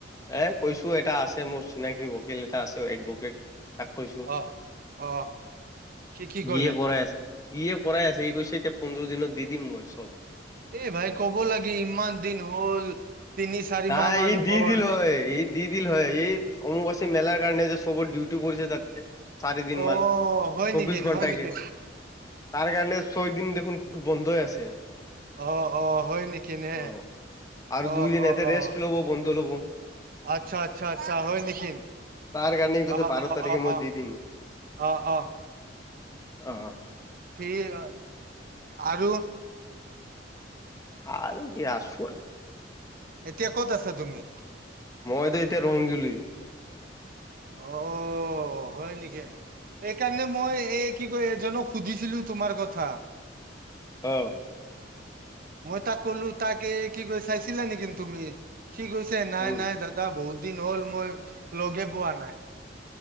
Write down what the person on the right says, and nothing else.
অহ অহ কি কি কলে
এই ভাই কব লাগে ইমান দিন হ'ল তিনি চাৰি
মাহ মান
হ'ল
অ
হয়
নেকি
হয় নেকি
অ অ হয় নেকি নে
অ
অ
অ
আচ্ছা আচ্ছা আচ্ছা হয় নেকি
আহ
অ
অ
অ
আহ আহ
ঠিক আ আৰু
এতিয়া ক'ত আছা তুমি
অ অ হয় নেকি সেইকাৰণে মই এই কি কয় এজনক সুধিছিলো তোমাৰ কথা
মই তাক কলো তাকে কি কৰি চাইছিলা নেকন্তু তুমি কি কৈছে নাই
নাই দাদা বহুত দিন হ'ল মই লগে পোৱা নাই